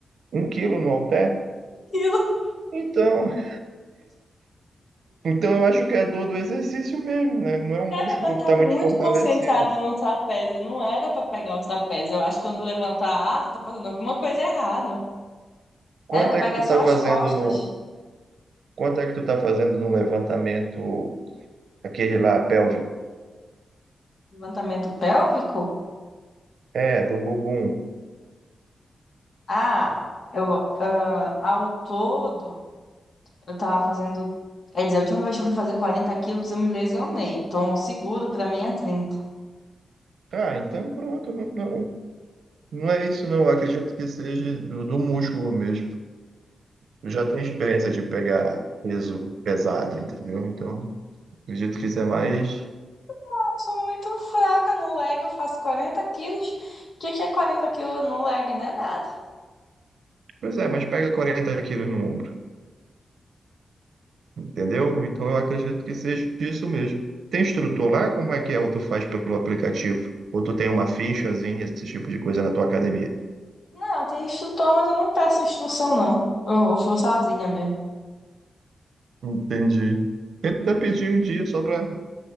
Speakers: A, on the right; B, on the left.
A: um, um quilo no halter?
B: Aquilo, <laughs>
A: Então, <laughs> Então eu acho que é dor do exercício mesmo, né? Não é um
B: cara,
A: músculo
B: mas
A: que
B: tá
A: está
B: muito
A: muito fortalecido.
B: concentrado no trapézio. Não era pra pegar o trapézio. Eu acho que quando levanta a asa, tá fazendo alguma coisa errada.
A: Quanto
B: Era pra
A: é que
B: pegar
A: tu
B: só
A: tá fazendo
B: as costas.
A: no, quanto é que tu tá fazendo no levantamento aquele lá pélvico?
B: Levantamento pélvico?
A: É, do bumbum.
B: Ah, eu, ah, ao todo. Eu tava fazendo. Quer dizer, a última vez que eu fui fazer 40 quilos, eu me lesionei. Então, o seguro pra mim é trinta
A: Ah, então pronto, não, não, não é isso não. Eu Acredito que seja do, do músculo mesmo. Eu já tenho experiência de pegar peso pesado, entendeu? Então, acredito que isso é mais,
B: Eu sou muito fraca no leg, eu faço 40 quilos. O que que é 40 quilos no leg? Não é nada.
A: pois é, mas pega 40 quilos no ombro. Entendeu? Então eu acredito que seja isso mesmo. Tem instrutor lá? Como é que é? Ou tu faz pelo aplicativo? Ou tu tem uma fichazinha, esse tipo de coisa na tua academia?
B: Não, tem instrutor, mas eu não peço instrução, não. Eu, eu vou sozinha mesmo.
A: Entendi. Tenta pedir um dia só para,